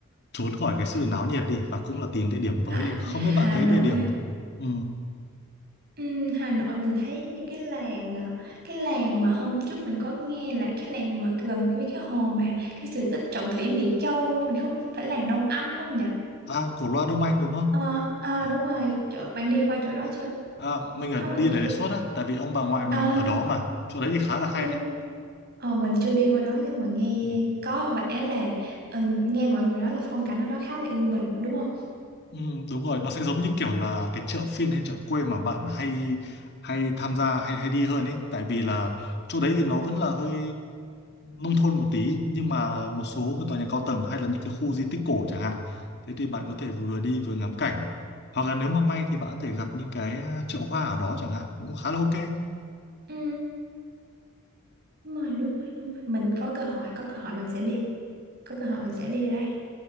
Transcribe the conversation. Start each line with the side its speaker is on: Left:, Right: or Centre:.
Left: trốn khỏi cái sự náo nhiệt đi và cũng là tìm địa điểm
Right: Hà,
Left: mới đi. Không biết bạn
Right: Hà
Left: thấy
Right: Nội
Left: địa điểm ừ.
Right: Ừ, Hà Nội mình thấy những cái làng à, cái làng mà hôm trước mình có nghe là cái làng mà gần với cái hồ mà cái sự tích trọng thủy Mỹ Châu mình không phải làng Đông Anh không nhỉ?
Left: à Cổ Loa Đông Anh đúng không?
Right: À, à
Left: À,
Right: đúng rồi, chỗ, bạn đi qua chỗ đó chưa?
Left: à, mình
Right: Khá
Left: ở đi
Right: là ok.
Left: để đề xuất á, tại vì ông bà ngoại mình
Right: À,
Left: ở đó mà. Chỗ đấy thì khá là hay
Right: nhưng
Left: đấy.
Right: ờ, mình chưa đi qua đó nhưng mà nghe
Left: Ừ.
Right: có vẻ là ừ, nghe mọi người nói là phong cảnh ở đó khá là yên bình đúng không?
Left: Ừ, đúng rồi nó sẽ giống như kiểu là cái chợ phiên hay chợ quê mà bạn hay hay tham gia hay hay đi hơn ấy tại vì là chỗ đấy thì nó vẫn là hơi nông thôn một tí nhưng mà một số cái tòa nhà cao tầng hay là những cái khu di tích cổ chẳng hạn thế thì bạn có thể vừa đi vừa ngắm cảnh hoặc là nếu mà may thì bạn có thể gặp những cái à, chợ hoa ở đó chẳng hạn cũng khá là ok
Right: Ừ, đúng rồi, đúng rồi, đúng rồi. Mình có cơ hội, có cơ hội mình sẽ đi. Có cơ hội mình sẽ đi ở đây.